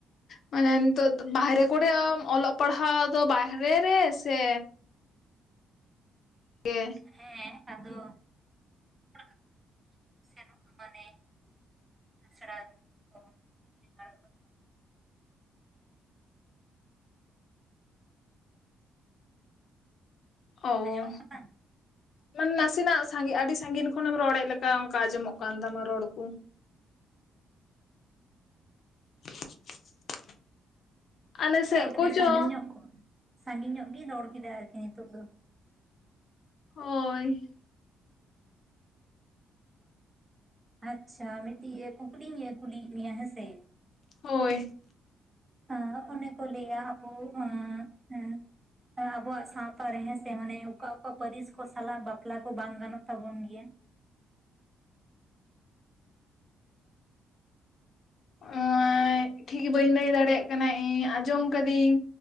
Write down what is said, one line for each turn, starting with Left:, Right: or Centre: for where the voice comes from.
Left: ᱢᱟᱱᱮ ᱱᱤᱛᱚᱜ ᱵᱟᱦᱨᱮ ᱠᱚᱨᱮ ᱚᱞᱚᱜ ᱯᱟᱲᱦᱟᱣ ᱫᱚ ᱵᱟᱦᱨᱮ ᱨᱮ ᱥᱮ <unintelligible>
Right: ᱦᱮᱸ ᱟᱫᱚ ᱦᱤᱡᱩᱜ ᱥᱮᱱᱚᱜᱼᱟ ᱢᱟᱱᱮ ᱟᱥᱲᱟ ᱠᱚ ᱵᱤᱫᱽᱫᱟᱹᱜᱟᱲ ᱠᱚᱫᱚ
Left: ᱚᱻ
Right: ᱟᱸᱡᱚᱢᱚᱜ ᱠᱟᱱᱟ
Left: ᱢᱟᱱᱮ ᱱᱟᱥᱮᱱᱟᱜ ᱥᱟᱸᱜᱤ ᱟᱹᱰᱤ ᱥᱟᱸᱜᱤᱧ ᱠᱷᱚᱱᱮᱢ ᱨᱚᱲᱮᱫ ᱞᱮᱠᱟ ᱚᱱᱠᱟ ᱟᱸᱡᱚᱢᱚᱜ ᱠᱟᱱ ᱛᱟᱢᱟ ᱨᱚᱲ ᱠᱩ <inaudible> ᱟᱞᱮ
Right: ᱦᱮᱸ
Left: ᱥᱮᱫ
Right: ᱠᱟᱹᱴᱤᱡ
Left: ᱠᱚᱪᱚ
Right: ᱥᱺᱜᱤᱧ ᱧᱚᱜ, ᱥᱟᱺᱜᱤᱧ ᱧᱚᱜ ᱜᱤᱧ ᱨᱚᱲ ᱠᱮᱫᱟ ᱟᱨᱠᱤ ᱱᱤᱛᱚᱜ ᱫᱚ
Left: ᱦᱳᱭ
Right: ᱟᱪᱪᱷᱟ ᱢᱤᱫᱴᱤᱡ ᱤᱭᱟᱹ ᱠᱩᱠᱞᱤᱧ ᱠᱩᱞᱤᱭᱮᱫ ᱢᱮᱭᱟ ᱦᱮᱸᱥᱮ
Left: ᱦᱳᱭ
Right: ᱟᱸ ᱚᱱᱮᱠᱚ ᱞᱟᱹᱭᱟ ᱟᱵᱩ ᱟᱸ ᱮᱸ ᱟᱵᱚᱣᱟᱜ ᱥᱟᱶᱛᱟ ᱨᱮ ᱦᱮᱸ ᱥᱮ ᱢᱟᱱᱮ ᱚᱠᱟ ᱚᱠᱟ ᱯᱟᱹᱨᱤᱥ ᱠᱚ ᱥᱟᱞᱟᱜ ᱵᱟᱯᱞᱟ ᱠᱚ ᱵᱟᱝ ᱜᱟᱱᱚᱜ ᱛᱟᱵᱚᱱ ᱜᱮᱭᱟ?
Left: ᱚᱸᱭᱻ ᱴᱷᱤᱠ ᱵᱟᱹᱧ ᱞᱟᱹᱭ ᱫᱟᱲᱮᱭᱟᱜ ᱠᱟᱱᱟ ᱤᱧ ᱟᱸᱡᱚᱢ ᱠᱟᱹᱫᱤᱧ